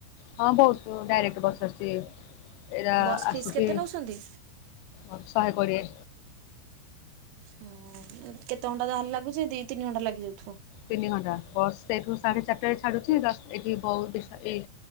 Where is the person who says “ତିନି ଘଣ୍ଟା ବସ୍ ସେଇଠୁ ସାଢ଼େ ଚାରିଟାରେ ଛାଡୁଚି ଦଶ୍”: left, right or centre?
Left